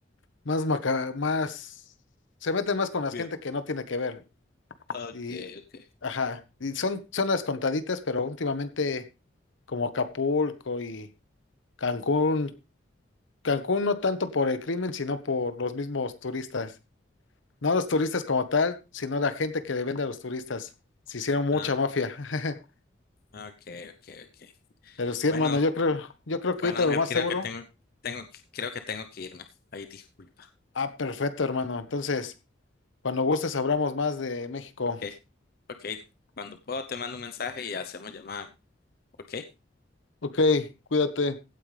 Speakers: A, on the left (about 80°); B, on the left (about 50°).
A: más maca, más, se meten más con la
B: Bien.
A: gente que no tiene que ver
B: Ok,
A: y,
B: ok.
A: ajá, y son, son las contaditas, pero últimamente como Acapulco y Cancún, Cancún no tanto por el crimen, sino por los mismos turistas. No los turistas como tal, sino la gente que le vende a los turistas. Se hicieron mucha
B: Ah,
A: mafia. <laughs>
B: ok, ok, ok.
A: Pero sí, hermano,
B: Bueno,
A: yo creo, yo creo que
B: bueno,
A: ahorita
B: Ángel,
A: lo más
B: creo
A: seguro.
B: que tengo, tengo, que- creo que tengo que irme. Ahí disculpa.
A: Ah, perfecto, hermano. Entonces, cuando gustes hablamos más de México.
B: Ok, ok. Cuando puedo te mando un mensaje y hacemos llamada. Ok.
A: Ok, cuídate.